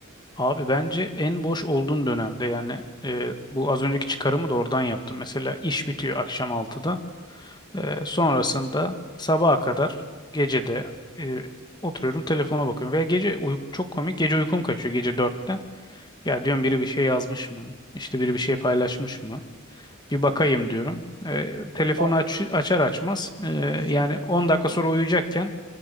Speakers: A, on the left; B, on the right.
A: Abi bence en boş olduğum dönemde yani eee, bu az önceki çıkarımı da oradan yaptım. Mesela iş bitiyor akşam altıda. Ee, sonrasında sabaha kadar gecede e, oturuyorum telefona bakıyorum. Veya gece uy- çok komik gece uykum kaçıyor gece dörtte Ya diyorum biri bir şey yazmış mı? İşte biri bir şey paylaşmış mı? Bir bakayım diyorum. Ee, telefonu
B: Bak
A: aç, açar açmaz e,
B: sözünü
A: yani 10
B: kesiyorum.
A: dakika sonra uyuyacakken